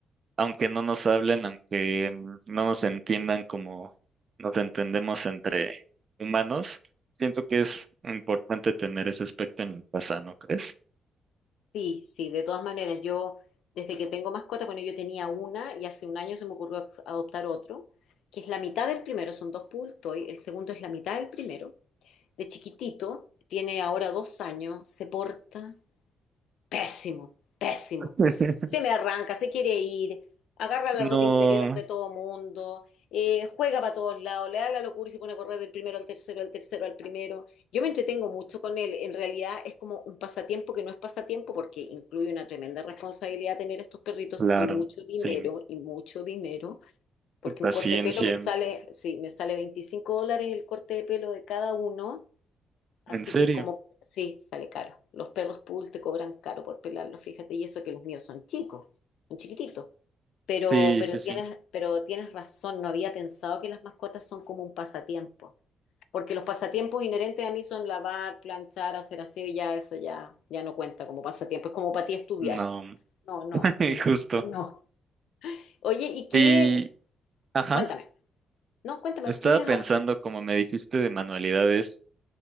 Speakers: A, on the right; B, on the left.
A: aunque no nos hablen, aunque mm, no nos entiendan como nos entendemos entre humanos, siento que es importante tener ese aspecto en casa, ¿no crees?
B: Sí, sí, de todas maneras, yo desde que tengo mascota, bueno, yo tenía una y hace un año se me ocurrió adoptar otro, que es la mitad del primero, son dos poodle toy, el segundo es la mitad del primero, de chiquitito, tiene ahora dos años, se porta, Pésimo, pésimo.
A: <laughs>
B: Se me arranca, se quiere ir, agarra la
A: No,
B: ropa interior de todo mundo, eh, juega para todos lados, le da la locura y se pone a correr del primero al tercero, del tercero al primero. Yo me entretengo mucho con él. En realidad es como un pasatiempo que no es pasatiempo porque incluye una tremenda responsabilidad tener estos perritos
A: claro,
B: y mucho dinero,
A: sí.
B: y mucho dinero, porque
A: Paciencia,
B: un corte de pelo me sale, sí, me sale 25 dólares el corte de pelo de cada uno. Así
A: en serio.
B: que es como, sí, sale caro. Los perros poodle te cobran caro por pelarlos, fíjate, y eso que los míos son chicos, son chiquititos. Pero,
A: Sí,
B: pero
A: sí, sí.
B: tienes, pero tienes razón, no había pensado que las mascotas son como un pasatiempo, porque los pasatiempos inherentes a mí son lavar, planchar, hacer aseo, y ya eso ya, ya no cuenta como pasatiempo, es como para ti estudiar.
A: No,
B: No, no,
A: <laughs>
B: no,
A: justo.
B: no. Oye, ¿y qué?
A: Y, ajá,
B: Cuéntame, no, cuéntame,
A: estaba
B: ¿qué me ibas
A: pensando,
B: a decir?
A: como me dijiste, de manualidades.